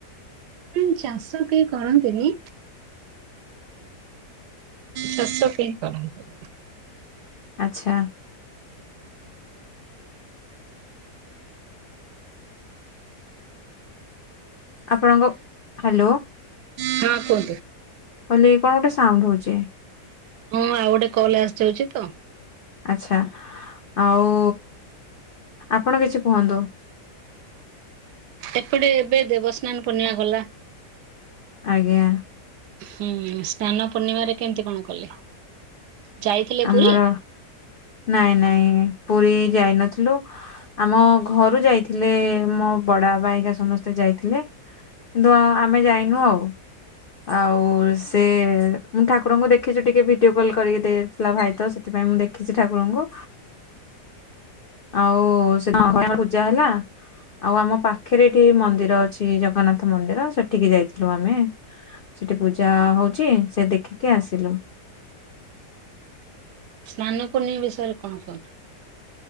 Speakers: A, on the right; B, on the left.
A: କଣ ଚାଷ କେହି କରନ୍ତିନି। ଚାଷ କେହି କରନ୍ତି।
B: ଆଚ୍ଛା। ଆପଣଙ୍କ ହ୍ୟାଲୋ
A: ହଁ କୁହନ୍ତୁ।
B: କହିଲି କଣ ଗୋଟେ ସାଉଣ୍ଡ ହଉଛି।
A: ହଁ ଆଉ ଗୋଟେ କଲ୍ ଆସିଯାଉଛି ତ।
B: ଆଚ୍ଛା ଆଉ ଆପଣ କିଛି କୁହନ୍ତୁ।
A: ଏପଟେ ଏବେ ଦେବସ୍ନାନ ପୂର୍ଣ୍ଣିମା ଗଲା।
B: ଆଜ୍ଞା।
A: ହୁଁ ସ୍ନାନ ପୂର୍ଣ୍ଣିମାରେ କେମିତି କଣ କଲେ? ଯାଇଥିଲେ
B: ଆମର
A: ପୁରୀ?
B: ନାଇଁ ନାଇଁ ପୁରୀ ଯାଇନଥିଲୁ। ଆମ ଘରୁ ଯାଇଥିଲେ ମୋ ବଡବାବା ହେଇକା ସମସ୍ତେ ଯାଇଥିଲେ। କିନ୍ତୁ ଆମେ ଯାଇନୁ ଆଉ ଆଉ ସେ ମୁଁ ଠାକୁରଙ୍କୁ ଦେଖିଛୁ ଟିକେ ଭିଡିଓ କଲ କରିକି ଦେଇଥିଲା ଭାଇ ତ ସେଥିପାଇଁ ମୁଁ ଦେଖିଛି ଠାକୁରଙ୍କୁ ଆଉ ସେ ପୂଜା ହେଲା ଆଉ ଆମ ପାଖରେ ଏଠି ମନ୍ଦିର ଅଛି ଜଗନ୍ନାଥ ମନ୍ଦିର ସେଠିକି ଯାଇଥିଲୁ ଆମେ। ସେଠି ପୂଜା ହଉଛି ସେ ଦେଖିକି ଆସିଲୁ
A: ସ୍ନାନ ପୂର୍ଣ୍ଣିମା ବିଷୟରେ କଣ କୁହନ୍ତୁ?